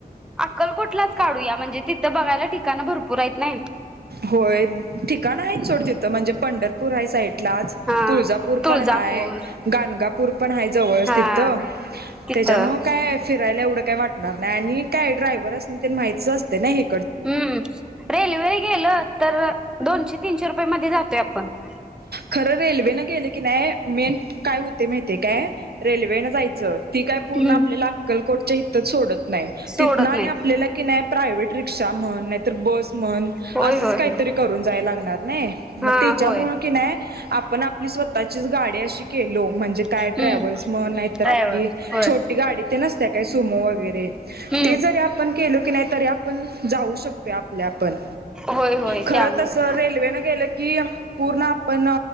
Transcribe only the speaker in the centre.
अक्कलकोटलाच काढूया म्हणजे तिथं बघायला ठिकाणं भरपूर हयेत नाही.
हा
तुळजापूर
हा
तिथं
हम्म रेल्वेइ गेलं तर दोनशे तीनशे रुपये मध्ये जातोय आपण
हम्म
सोडत
नाही
होय
होय
होय
हा
होय
हम्म
ड्रायव्हर
होय
हम्म
होय होय
त्यामुळे